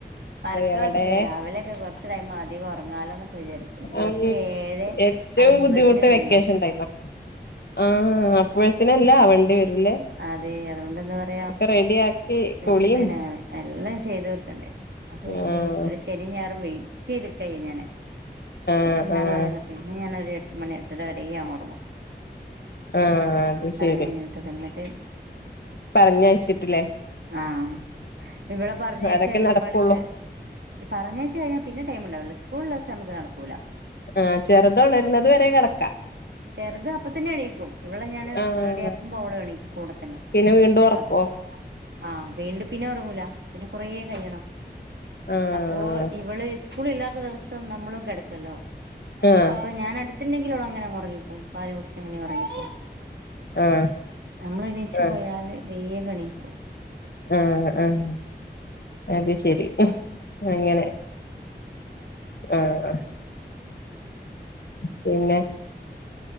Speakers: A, on the right (about 80°); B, on the left (about 65°).
A: വർക്ക്
B: എവിടെ
A: മാത്രെല്ല രാവിലെയൊക്കെ കൊർച്ച് ടൈമാ തികൊറങ്ങാലോന്നൊക്കെ വിചാരിക്കും ഇവക്ക്
B: ഉം
A: ഏഴെ
B: ഏറ്റവും
A: അയ്മ്പതിന്
B: ബുദ്ധിമുട്ട്
A: വെരും
B: വെക്കേഷൻ
A: ബസ്സ്
B: ടൈമാ ആഹ് അപ്പോഴത്തിനെല്ലാം ആവണ്ടി വരൂല്ലേ
A: അതെ അതുകൊണ്ട് എന്താ പറയാ
B: ഒക്കെ റെഡിയാക്കി
A: പെട്ടെന്നെന്നേ
B: കുളിയും
A: എല്ലം ചെയ്ത് തീർക്കണ്ടേ അപ്പാരിക്കും
B: ആഹ്
A: ഒര് ശെനി ഞായറും വെയ്റ്റെയ്ത്ക്കയ്യ ഞാന്
B: ആഹ്
A: ശെനിം ഞായറു
B: ആഹ്
A: ആയാല് പിന്നെ ഞാനൊരു എട്ട് മണി എട്ടെര വെരെ ഞാൻ ഓറെങ്ങും
B: ആഹ് അത് ശെരി
A: കഴിഞ്ഞിട്ട് കിടന്നിട്ട്
B: പറഞ്ഞയ്ച്ചിട്ട്ലെ
A: ആഹ് ഇവടെ പരഞ്ഞയ്ച്ച്
B: അതൊക്കെ
A: കഴിയുമ്പള്ക്ക്
B: നടക്കുള്ളൂ
A: പരഞ്ഞയ്ച്ച് കഴിഞ്ഞാ പിന്നെ ടൈമ്ണ്ടാവില്ല സ്ക്കൂൾള്ളെസം അമ്മക്ക് നടക്കൂല
B: ആഹ് ചെർതൊണര്ന്നത് വെരെ കെടക്കാ
A: ചെറ്ത് അപ്പ തന്നെ എണീക്കും ഇവളെ ഞാൻ
B: ആഹ്
A: റെഡ്യാക്കുമ്പോ ഓളും എണീക്കും കൂടെത്തന്നെ
B: പിന്നെ വീണ്ടും ഉറക്കുവോ
A: അത് ആഹ് വീണ്ടും പിന്നെ ഒറെങ്ങൂല പിന്നെ കൊറേ കയ്യെണം
B: ആഹ്
A: അപ്പോ ഇവെള് സ്കൂള് ഇല്ലാത്ത ദെവസം നമ്മളും കെടക്കല്ലോ
B: ആഹ്
A: അപ്പൊ ഞാന് അട് ത്ത്ണ്ടെങ്കിലോളങ്ങെനെങ്ങ് ഒർങ്ങിപ്പോവും പാല് കുടിച്ച് അങ്ങെനേ ഒറെങ്ങിപ്പോവും
B: ആഹ്
A: നമ്മളെണീച്ച്
B: ആഹ്
A: പോയാല് വേഗണീക്കും
B: ആഹ് ആഹ് അത് ശെരി അങ്ങെനെ ആഹ് അഹ് പിന്നെ